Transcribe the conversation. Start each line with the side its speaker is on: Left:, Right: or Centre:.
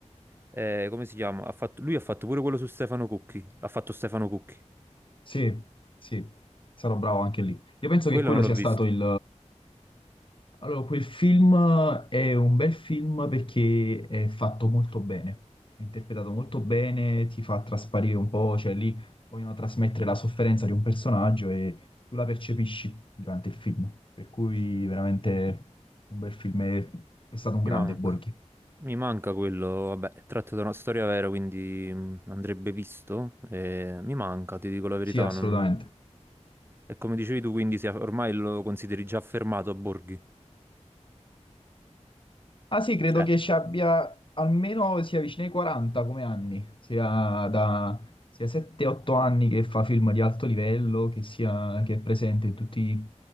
Right: è- come si chiama? Ha fatto- lui ha fatto pure quello su Stefano Cucchi, ha fatto Stefano Cucchi.
Left: Sì, sì, sarò bravo anche lì. Io penso
Right: Quello
Left: che quello
Right: non l'ho
Left: sia
Right: visto.
Left: stato il, Allora, quel film eh, è un bel film perché è fatto molto bene, è interpretato molto bene, ti fa trasparire un po', cioè lì vogliono trasmettere la sofferenza di un personaggio e tu la percepisci durante il film, per cui veramente un bel film, è, è stato un
Right: Mi
Left: grande
Right: manca,
Left: Borghi.
Right: mi manca quello, vabbè, è tratto da una storia vera, quindi mh, andrebbe visto. e mi manca, ti dico la verità,
Left: Sì, assolutamente.
Right: non... E come dicevi tu, quindi si è- ormai lo consideri già fermato a Borghi.
Left: Ah sì, credo
Right: Cioè,
Left: che ci abbia almeno sia vicino ai 40 come anni, sia da sia 7-8 anni che fa film di alto livello, che, sia, che è presente in tutti i